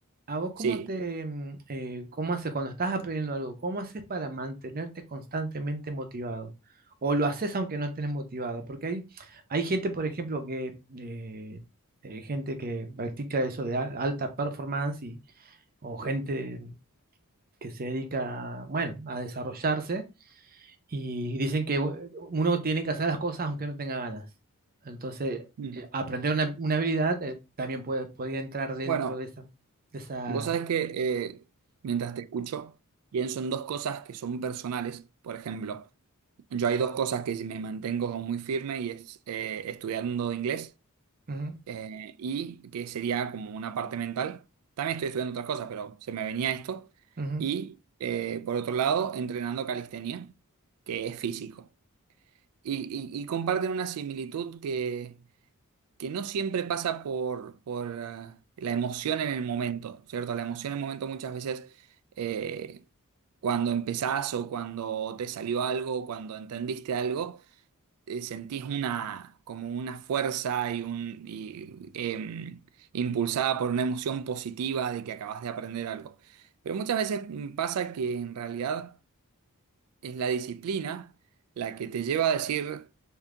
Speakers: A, on the right; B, on the right.
A: ¿a vos
B: sí.
A: cómo te, mm, eh, cómo haces cuando estás aprendiendo algo? ¿Cómo haces para mantenerte constantemente motivado? ¿O lo haces aunque no estés motivado? Porque hay, hay gente, por ejemplo, que, eh, eh, gente que practica eso de a- alta performance y, o gente que se dedica, bueno, a desarrollarse Y dicen que u- uno tiene que hacer las cosas aunque no tenga ganas. Entonces,
B: Mm.
A: eh, aprender una, una habilidad eh, también puede, podría entrar dentro
B: Bueno,
A: de esa, de esa...
B: vos sabés que eh, mientras te escucho, pienso en dos cosas que son personales, por ejemplo. Yo hay dos cosas que me mantengo como muy firme y es eh, estudiando inglés
A: Ujú,
B: eh, y que sería como una parte mental. También estoy estudiando otras cosas, pero se me venía esto.
A: ujú.
B: Y eh, por otro lado, entrenando calistenia, que es físico. Y, y- y comparten una similitud que, que no siempre pasa por, por eh, la emoción en el momento, ¿cierto? La emoción en el momento muchas veces... eh, cuando empezás o cuando te salió algo, o cuando entendiste algo, eh, sentís una, como una fuerza y un, y, em, impulsada por una emoción positiva de que acabas de aprender algo. Pero muchas veces mm, pasa que en realidad es la disciplina la que te lleva a decir